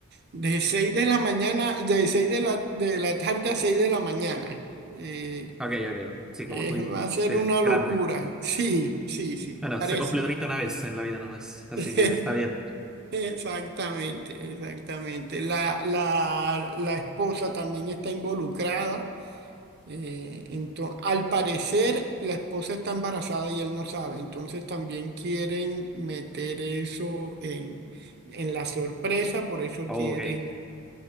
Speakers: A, on the right; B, in the centre.
A: de 6 de la mañana, de 6 de la, de la tarde a 6 de la mañana. Eh,
B: Ok, ok. Sí,
A: eh,
B: como tú dijiste,
A: va a ser una locura.
B: grande.
A: Sí, sí, sí,
B: Bueno,
A: parece.
B: se cumple 30 una vez en la vida nomás,
A: <laughs>
B: así que está bien.
A: Exactamente, exactamente. La, la, la esposa también está involucrada. Eh, ento- al parecer, la esposa está embarazada y él no sabe, entonces también quieren meter eso en, en la sorpresa, por eso
B: Oh,
A: quieren
B: ok.